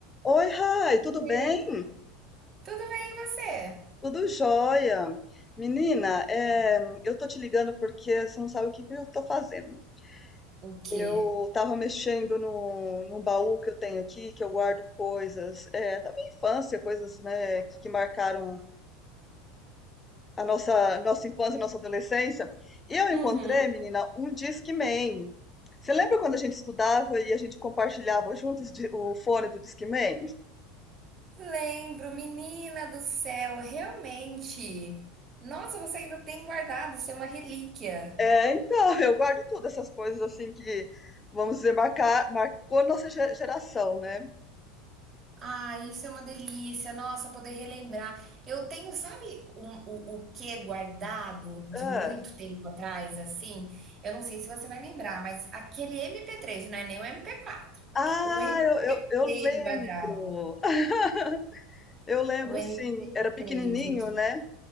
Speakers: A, on the left (about 15°); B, on the right (about 30°).
A: Oi, Rai, tudo
B: Oi.
A: bem?
B: Tudo bem, e você?
A: Tudo jóia. Menina, é, eu tô te ligando porque você não sabe o que que eu tô fazendo.
B: O quê?
A: Eu tava mexendo no, num baú que eu tenho aqui, que eu guardo coisas é, da minha infância, coisas né, que, que marcaram a nossa, nossa infância, nossa adolescência. E eu encontrei,
B: Uhum.
A: menina, um Discman. Você lembra quando a gente estudava e a gente compartilhava juntos de- o fone do Discman?
B: Lembro, menina do céu, realmente. Nossa, você ainda tem guardado, isso é uma relíquia.
A: É, então, <laughs> eu guardo tudo, essas coisas assim que, vamos dizer, marcar, marcou nossa ge- geração, né?
B: Ah, isso é uma delícia. Nossa, poder relembrar. Eu tenho, sabe, um- o, o que é guardado de
A: Ah,
B: muito tempo atrás, assim? Eu não sei se você vai lembrar, mas aquele MP3, não é nem o MP4.
A: ah,
B: O MP3
A: eu, eu, eu lembro.
B: guardado.
A: <laughs> Eu lembro,
B: O MP3,
A: sim, era pequenininho,
B: gente.
A: né?